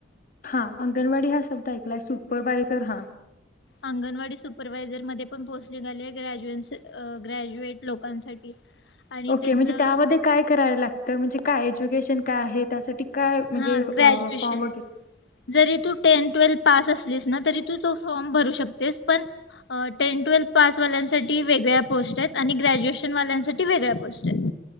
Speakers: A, on the left (about 50°); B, on the left (about 70°).
A: हा अंगणवाडी हा शब्द ऐक आपला सुपरवायझर हा
B: अंगणवाडी सुपरवायझर मध्ये पण पोस्ट निघालीये ग्रॅ्ज्यूएन्स ग्रॅज्युएट लोकांसाठी. आणि
A: ओके
B: त्यांचं
A: म्हणजे त्यामध्ये काय कराय लागतं म्हणजे काय एज्युकेशन काय आहे त्यासाठी काय म्हणजे
B: हा
A: अ
B: ग्रॅज्युएशन
A: फॉर्म वगैरे
B: जरी तू टेन ट्वेल् पास असलीस ना तरी तू तो फॉर्म भरू शकतेस पण टेन-टुवेल् पास वाल्यांसाठी वेगळ्या पोस्ट आहेत आणि ग्रॅज्युएशन वाल्यांसाठी वेगळ्या पोस्ट आहेत.